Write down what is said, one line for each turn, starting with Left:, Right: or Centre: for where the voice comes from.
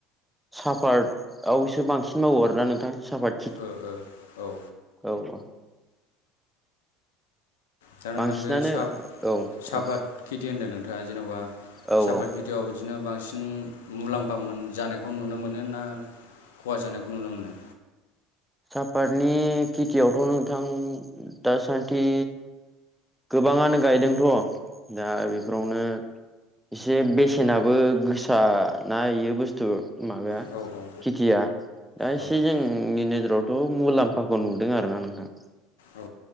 Centre: साफातआवसो बांसिन मावो आरोना नोंथां सापात
Left: ओ ओ औ
Centre: औ औ
Left: दा नोंथां
Centre: बांसिनानो
Left: बे सा
Centre: औ
Left: सापात
Centre: औ
Left: खिथि होनदों नोंथाङा जेन'बा
Centre: औ
Left: सापात
Centre: औ
Left: खिथि खिथिआव बिदिनो बांसिन मुलाम्फा मोन जानायखौ नुनो मोनो ना। खहा जानायखौ नुनो मोनो।
Centre: सापातनि खेथियावथ' नोंथां दासान्दि गोबाङानो गायदोंथ' दा बेफोरावनो एसे बेसेनाबो गोसा ना बेयो बुस्थु माबाया
Left: औ औ
Centre: खेथिया दा
Left: औ
Centre: एसे जोंनि नोजोरावथ' मुलाम्फाखौ नुदों आरोना नोंथां।
Left: औ